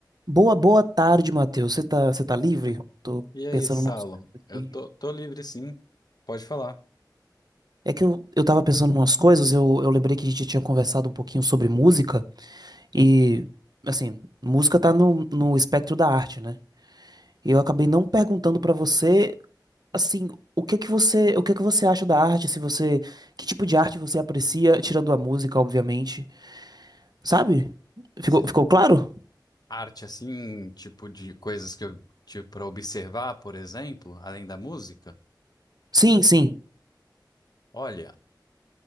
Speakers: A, on the right; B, on the left.
A: Boa, boa tarde, Matheus. Você tá, você tá livre? Tô
B: E aí,
A: pensando
B: Saulo?
A: no coisas aqui.
B: Eu tô, tô livre, sim. Pode falar.
A: É que eu, eu tava pensando em umas coisas, eu, eu lembrei que a gente tinha conversado um pouquinho sobre música e, assim, música tá no, no espectro da arte, né? E eu acabei não perguntando pra você, assim, o que é que você, o que é que você acha da arte, se você, que tipo de arte você aprecia, tirando a música, obviamente, sabe? Ficou,
B: Se-
A: ficou claro?
B: arte, assim, tipo de coisas que eu tive para observar, por exemplo, além da música.
A: Sim, sim,
B: Olha,